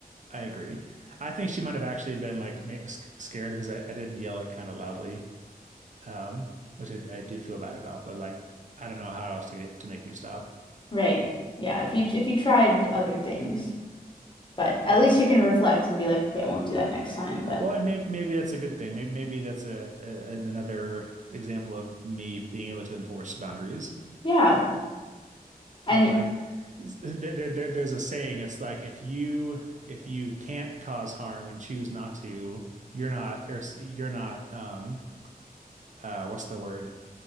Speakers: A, on the right; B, on the left.
A: I agree. I think she might have actually been like ma- sc- scared because I, I did yell it kind of loudly, um, which I, I do feel bad about. But like, I don't know how else to get to make you stop.
B: Right. Yeah, if you if you tried other things, but at least you can reflect and be like, okay, I won't do that next time. But
A: Well, and maybe maybe that's a good thing. Maybe maybe that's a, a another example of me being able to enforce boundaries.
B: yeah, and
A: I'm like, there, there, there- there's a saying. It's like if you if you can't cause harm and choose not to, you're not or you're not um uh what's the word?